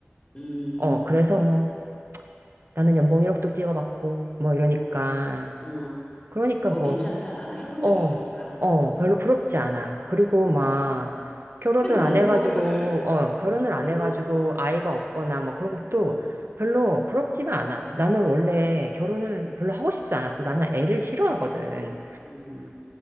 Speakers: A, on the left; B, on the right.
A: 음,
B: 어, 그래서 뭐, 나는 연봉 일억도 찍어봤고, 뭐 이러니까.
A: 어, 음.
B: 그러니까
A: 뭐
B: 뭐,
A: 괜찮다. 나는 해본
B: 어,
A: 적 있으니까.
B: 어, 별로 부럽지 않아. 그리고 막
A: 음.
B: 결혼을
A: 근데 너는
B: 안
A: 그거를
B: 해가지고, 어, 결혼을 안
A: 해본,
B: 해가지고
A: 음,
B: 아이가 없거나 뭐 그런 것도
A: 음,
B: 별로 부럽지가 않아. 나는 원래 결혼을 별로 하고 싶지 않았고 나는 애를 싫어하거든.
A: 음,